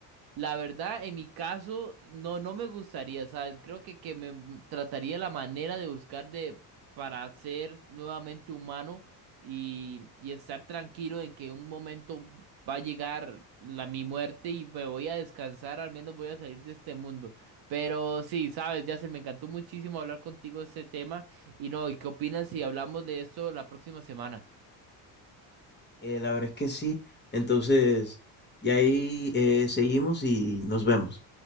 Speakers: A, on the right; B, on the left.
A: La verdad, en mi caso, no, no me gustaría, ¿sabes? Creo que, que me trataría la manera de buscar de para ser nuevamente humano y, y estar tranquilo en que un momento va a llegar la mi muerte y me voy a descansar, al menos voy a salir de este mundo. Pero sí, sabes, Yasser, me encantó muchísimo hablar contigo de este tema. Y no, ¿y qué opinas si hablamos de esto la próxima semana?
B: Eh, la verdad es que sí, entonces, y ahí eh, seguimos y nos vemos.